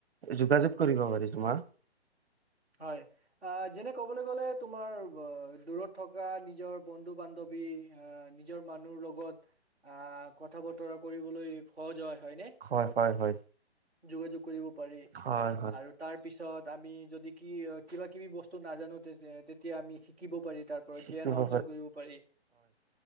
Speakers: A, on the right; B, in the centre.
A: যোগাযোগ কৰিব পাৰি তোমাৰ
B: হয়, আ, যেনে ক'বলৈ গ'লে তোমাৰ দূৰত থকা নিজৰ বন্ধু বান্ধৱী আহ নিজৰ মানুহ লগত আহ কথা। বতৰা কৰিবলৈ সহজ হয়। হয়নে?
A: হয় হয় হয়
B: যোগাযোগ কৰিব পাৰি
A: হয় হয়
B: আৰু তাৰ পিছত আমি যদি কি কিবা কিবি বস্তু নাজানোঁ, তে-তেতিয়া আমি শিকিব পাৰি। তাৰ পৰা
A: শিকিব
B: জ্ঞান অৰ্জন কৰিব পাৰি